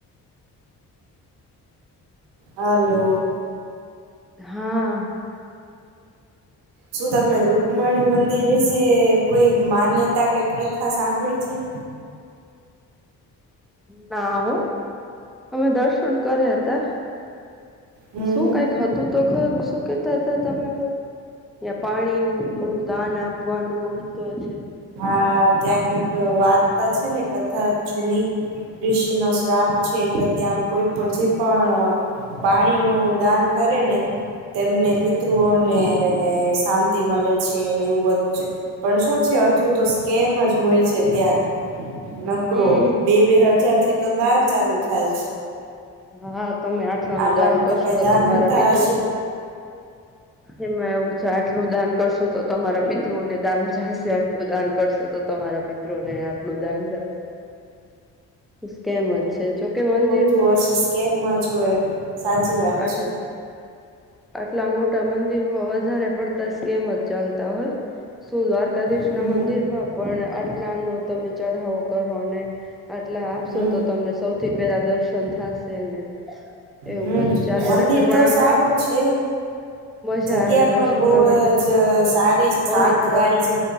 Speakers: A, on the right; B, in the centre.
A: હાલો
B: હા
A: શું તમે રુકમણી મંદિર વિશે કોઈ માન્યતા કે પ્રથા સાંભળી છે હ
B: ના હો અમે દર્શ કર્યા હતા
A: હમ
B: શું કઈક હતું તો ઘરું શું કેતા હતા તમે પાણી નું દાન આપવાનું મહત્વ છે
A: હા ત્યાં કઈક વાર્તા છે ને કથા જૂની ઋષિ નો શ્રાપ છે એટલે ત્યાં કોઈ પણ જે પણ પાણી નું દાન કરે ને તેમને પિતૃઓ ને શાંતિ મળે છે ને એવું વધું છે પણ શું અડધું
B: હમ
A: તો સ્કેમ જ હોય છે ત્યાં નકરો
B: હમ
A: બે બે હજારથી તો દાન ચાલુ છે થાય
B: હા તમે આટલા
A: આ
B: નું
A: વાત
B: દાન કરશો
A: કઈ
B: તો
A: દાન
B: તમારા
A: હોતા
B: પિતૃ
A: હશે
B: એમાં એવું છે આટલું દાન કરશો તો તમારા પિતૃને દાન જશે આટલું દાન કરશો તો તમારા પિત્રો ને આટલું દાન જાશે કેમ જ છે જોકે મંદિર
A: તું હશ સ્કેમમાં જોય સાચી વાત
B: આટ
A: છે
B: આટલા મોટા મંદિર માં વધારે પડતા સ્કેમ જ ચાલતા હોય શું દ્વારકાધીશ
A: હમ
B: ના મંદિર માં પણ લા નો તમે ચઢાવો કરો ને આટલા આપશો
A: હમ
B: તો તમને સૌથી પેલા દર્શન થશે ને એવું
A: હમ
B: બધું ચાલે
A: મંદિર
B: રાખે પણ
A: તો
B: આમ
A: સારું
B: આપ
A: છે
B: મજા
A: જગ્યા
B: આવે
A: પણ
B: દર્શન
A: બહુ
B: કરવાની
A: જ સારી
B: પવિત્ર
A: શાંત વાળી
B: હા
A: છે